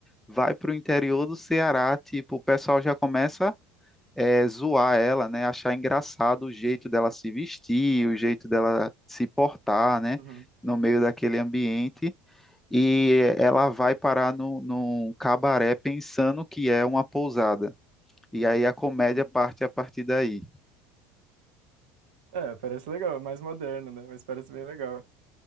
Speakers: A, in the centre; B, on the right (about 75°).
A: vai para o interior do Ceará, tipo, o pessoal já começa é, zoar ela, né? Achar engraçado o jeito dela se vestir, o jeito dela se portar, né?
B: Uhum,
A: No meio daquele ambiente. E ela vai parar num num cabaré pensando que é uma pousada. E aí a comédia
B: não.
A: parte a partir daí.
B: É, parece legal, é mais moderno, né? Mas parece bem legal.